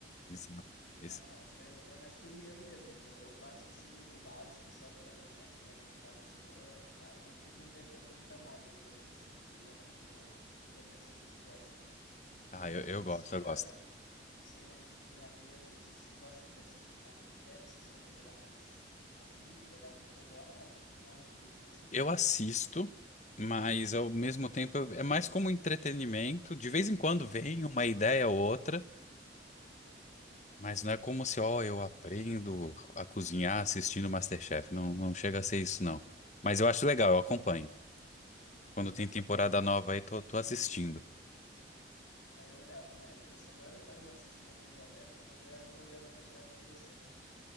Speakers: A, on the left (about 40°); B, on the left (about 80°).
A: exato.
B: Ah,
A: Esse-
B: não, mas tu é, tu é mais cozinheiro mesmo, então eu faço assim o o básico só para, né, me alimentar na semana e tal. Eu não fico inventando muita moda, digamos assim. Tu já não, tu já já percebi que gosta, né?
A: ah,
B: E
A: eu, eu
B: assim,
A: gosto,
B: chega,
A: eu gosto.
B: não sei, né, se tem a ver às vezes se tu gosta de assistir MasterChef, essas coisas, pegar umas umas dicas, olhar alguma coisa lá, não, não é muito útil assim.
A: Eu assisto, mas ao mesmo tempo eu- é mais como entretenimento. De vez em quando vem
B: Uhum.
A: uma ideia ou outra,
B: Ah, tá.
A: mas não é como se, ó, eu aprendo a cozinhar
B: Uhum.
A: assistindo MasterChef. Não, não chega a ser isso, não. Mas eu
B: Aham.
A: acho legal, eu acompanho.
B: Legal.
A: Quando tem temporada
B: Eu nem
A: nova aí, tô, tô assistindo.
B: Aí eu olhava uma época assim, agora eu quase não assisto mais TV aberta, mas era um programa que eu achava interessante.